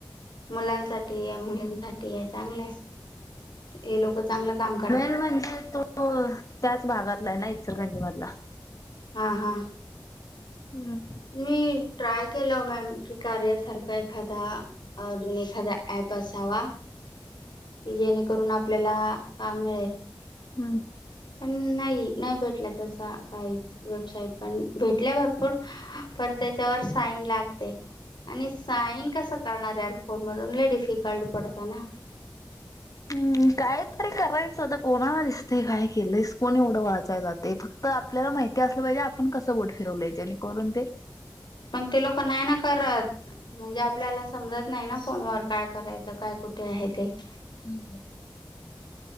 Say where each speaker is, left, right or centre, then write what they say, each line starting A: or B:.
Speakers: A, on the left; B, on the left.
A: મુલા સાથે. મુલી સા એ ચાંગલે એ લોકોક ચાંગલ કામ કરતા
B: મન જર તો. તો ત જ ભાગત લય ના સલ ગંજમાદલા <inaudible>
A: હા હા.
B: હમ.
A: મી ટ્રાય કેલો મેમ. કાર્યા સારખા એખાદા અ અનુએ ખાદા એપસ સવા. એને કરોના આ પેલા કામ મેળલ.
B: હમ.
A: પણ નહી ન ભેટલા તસા કઈ વેબસાઇટ પણ ભેટલા ભરપૂર પરતા વ સાઈન લાગ તે અને સાઈન કસ કળનાર ફોન મલે ડિફિકલ્ટ પડતા ના.
B: હમ કઈ તરી કરય છે તો કોના દસત કઈ કેલસ કોને એવડ વાંચાય જ ફક્ <inaudible> તો આપલા માહિતી આપલજે આપણ કસ બોટ ફિરવ લ જેને કર તે <inaudible>
A: પણ તે લોકોક ના ના કરત. જ આપલા સમજત ન ના ફોન વ કઈ કરાય છે કઈ કુઠે હ તે <inaudible>
B: હમ.